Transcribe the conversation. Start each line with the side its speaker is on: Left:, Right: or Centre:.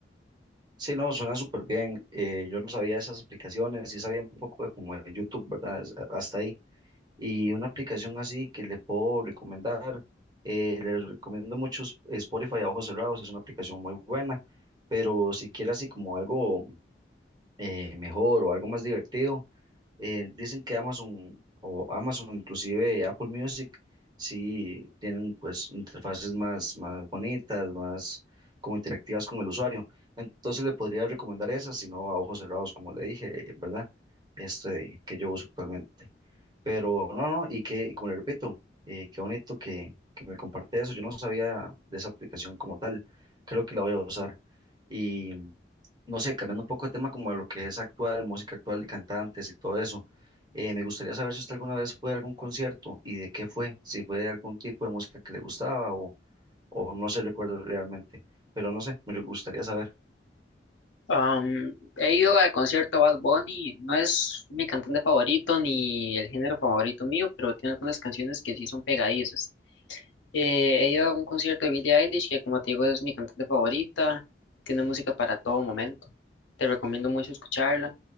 Right: Sí, no, suena súper bien. eh, yo no sabía esas aplicaciones, sí sabía un poco de como de YouTube, ¿verdad? Es- Hasta ahí. Y una aplicación así que le puedo recomendar, eh, le recomiendo mucho Sp- Spotify a ojos cerrados, es una aplicación muy buena, pero si quiere así como algo eh, mejor o algo más divertido. Eh, dicen que Amazon o Amazon, inclusive Apple Music, sí tienen pues interfaces más, más bonitas, más como interactivas con el usuario. Entonces le podría recomendar esas, si no a ojos cerrados, como le dije, ¿verdad? Este que yo uso actualmente. Pero no, no, y que, y como le repito, eh, qué bonito que, que me comparte eso. Yo no sabía de esa aplicación como tal. Creo que la voy a usar. Y no sé, cambiando un poco de tema como a lo que es actual, música actual de cantantes y todo eso. eh, me gustaría saber si usted alguna vez fue a algún concierto y de qué fue, si fue algún tipo de música que le gustaba o, o no se recuerda realmente. Pero no sé, me gustaría saber.
Left: Am, he ido al concierto de Bad Bunny, no es mi cantante favorito ni el género favorito mío, pero tiene algunas canciones que sí son pegadizas. Eh, he ido a un concierto de Billie Eilish, que como te digo es mi cantante favorita, tiene música para todo momento. Te recomiendo mucho escucharla.